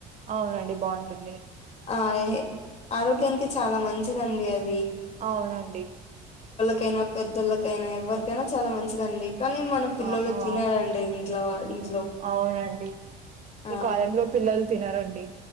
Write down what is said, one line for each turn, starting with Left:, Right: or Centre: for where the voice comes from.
Right: అవునండి బాగుంటుంది.
Left: ఆహ్ ఎహే ఆరోగ్యానికి చాలా మంచిదండి అది.
Right: అవునండి.
Left: కైనా పెద్దళ్లకైనా ఎవరికైనా చాలా మంచిదండి. కానీ మన పిల్లలు
Right: ఆ! ఆ!
Left: తినారండి ఇంట్లో వా ఇంట్లో.
Right: అవునండి.
Left: ఆ
Right: ఈ కాలంలో పిల్లలు తినారండి.